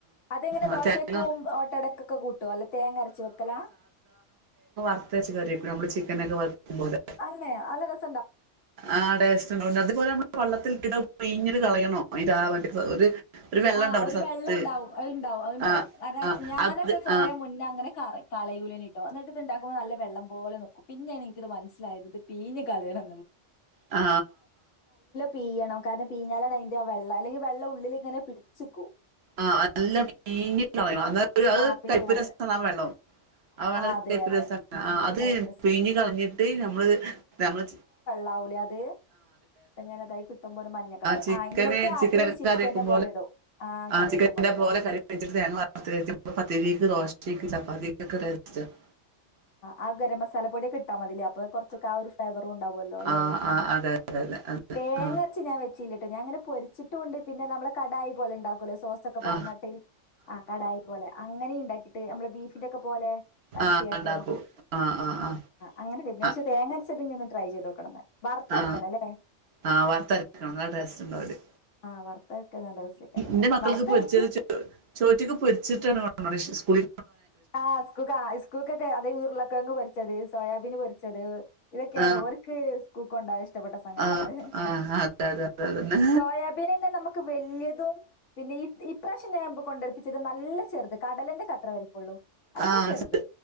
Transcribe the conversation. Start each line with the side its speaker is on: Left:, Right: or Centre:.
Left: അതെങ്ങനെ
Right: ആ
Left: ദോശക്കും
Right: തേങ്ങ
Left: ഓട്ടടക്കൊക്കെ കൂട്ടുവോ അല്ലെ തേങ്ങരച്ച് വെക്കലാ?
Right: വറത്ത് അരച്ചു കറിവെക്കും നമ്മള് ചിക്കനൊക്കെ വെക്കുമ്പോലെ
Left: അല്ലേ നല്ല രസ
Right: ആ ടേസ്റ്റോണ്ട് അതുപോലെ നമ്മള് വള്ളത്തില് ഇട്ടങ്ങ് പിഴിഞ്ഞങ്ങു കളയണോ അയിൻ്റെ ആ മറ്റ ഒരു ഒരു വെള്ളം
Left: ആ
Right: ഉണ്ടാവും
Left: ഒരു
Right: സത്ത്
Left: വെള്ളം ഉണ്ടാവും അതുണ്ടാവും അത്ണ്ടാവും
Right: ആ
Left: കാരണം
Right: ആ
Left: ഞാനൊക്കെ
Right: അത്
Left: കൊറെ
Right: ആ
Left: മുന്നേ അങ്ങനെ ക കളയുലാഞ്ഞിട്ടോ എന്നിട്ട് ഇത്ണ്ടാക്കുമ്പോ നല്ല വെള്ളം പോലെ നിക്കും പിന്നെയാണ് എനിക്കിത് മനസ്സിലായത് ഇത് പീഞ്ഞ് കള <inaudible>
Right: ആ
Left: പീ്യണം കാരണം പീഞ്ഞാലാണ് അതിൻന്റെ ആ വെള്ളം അല്ലെങ്കിൽ വെള്ളിൽ ഇങ്ങനെ പിടിച്ചു നിക്കും
Right: ആഹ നല്ലാം പീഴിഞ്ഞ് കളയണം അ അത്
Left: ആ പീഞ്ഞ
Right: കൈപ്പ്
Left: കളി
Right: രസമാവെള്ളോ ആ വളരെ
Left: അതെ അതെ
Right: രസ അത്
Left: കൈപ്പരസം
Right: പിഴഞ്ഞഞ് കളഞ്ഞിട്ട് നമ്മള് നമ്മൾ
Left: ലാവലതെ അങ്ങനെ അതായി കിട്ടുമ്പോ ഒരു മഞ്ഞ കളർ
Right: ചിക്കന്
Left: ആ എന്നിട്ട്
Right: ചിക്കനൊക്കെ
Left: അത് ചിക്കനെ
Right: കറി വെക്കും
Left: പോലെ ഇടും ആ
Right: ആ
Left: കറി
Right: ചിക്കൻന്റെ
Left: വെക്കും ഇടുക
Right: പോലെ കറി വെച്ചിട്ട് തേങ്ങ വറ പ വക്ക് രോഷിക്ക് ചപ്പാതിക്കസ് <unintelligible>
Left: ആ ഗരം മസാല പൊടിയൊക്കെ ഇട്ടാ മതില്ലേ അപ്പൊ കൊറച്ചൊക്കെ ആ ഒരു ഫ്ലേവറും ഉണ്ടാവുല്ലോ ല്ലെ
Right: ആ ആ അതെ അതെ അതെ അതെ
Left: തേങ്ങരച്ച്
Right: ആ
Left: ഞാൻ വെച്ചില്ലട്ടോ ഞാൻ അങ്ങനെ പൊരിച്ചിട്ട കൊണ്ട് പിന്നെ നമ്മള് കടായി പോലെ ഉണ്ടാക്കും സോസൊക്കെ പാർന്നിട്
Right: ആ
Left: ആ കടായി പോലെ അങ്ങനെ ഉണ്ടാക്കിട്ട് നമ്മെ ബീഫിന്റെ ഒക്കെ പോലെ <inaudible>
Right: ആ
Left: ട്ടെ
Right: ഇണ്ടാക്കും. ആ ആ ആ
Left: അങ്ങനെ ഞാൻ
Right: ആ
Left: തേങ്ങരച്ചു വെക്കണ ഒന്ന് ട്രൈ ചെയ്തോക്കണന്ന് വറത്തരക്ക
Right: ആ ആ
Left: അല്ലേ
Right: ആ വർത്തരക്കണം നല്ല ടേസ്റ്റ് ഉണ്ടഅവിടെ
Left: ആഹ് വറുത്തരക്കാൻ നല്ല രസേക്കാരം
Right: ന്റെ മക്കൾക്ക്
Left: വറുത്തരച്ച്
Right: പൊരിച്ചത് <unintelligible> ചോറ്റിക്ക് പൊരിച്ചിട്ടാണ് കൊണ്ടോണ് ഷ് സ്കൂളി
Left: ആഹ് സ്കൂക്കാ ഇസ്കൂക്കൊക്കെ അതെ ഇ ഉരളക്കിഴങ്ങ് പൊരിച്ചത് സോയാബീന് പൊരി ച്ചത് ഇതൊക്കെയാണ്
Right: ആ
Left: ഓരിക്ക് സ്‌കൂളീക്കൊണ്ടോവാൻ ഇഷ്ടപ്പെട്ട സംഗതികള്.
Right: ആഹ് ആഹ് അതെ അതെ അതെ അതന്നെ
Left: സോയാബീനെല്ലേ നമ്മക്ക് വെല്ല്യെത് തും പിന്നെ ഇ ഇപ്രാവശ്യം ഞാൻ മ്പൊ കൊണ്ടെടുപ്പിച്ചത് നല്ല ചെറുത് കടലേന്റെ അത്രേ വലിപ്പൊള്ളു അല്ല
Right: ആഹ്
Left: ചെറുത്